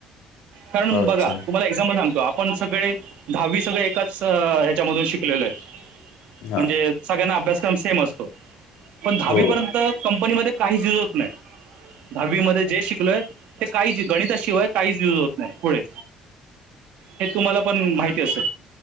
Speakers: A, on the right (about 70°); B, on the left (about 75°).
A: कारण
B: हो अच्छा
A: बघा तुम्हाला एक्झाम्पल सांगतो आप पण सगळे दहावी सगळे एकाच ह्याच्यामधून शिकलेल आहे.
B: हा
A: म्हणजे सगळ्यांना अभ्यासक्रम सेम असतो. पण दहावीपर्यंत
B: हो
A: कंपनीमध्ये काहीच यूज होत नाही. दहावी मध्ये जे शिकलोय ते काहीच गणिताशिवाय काहीच युज होत नाही पुढे हे तुम्हाला पण माहिती असेल.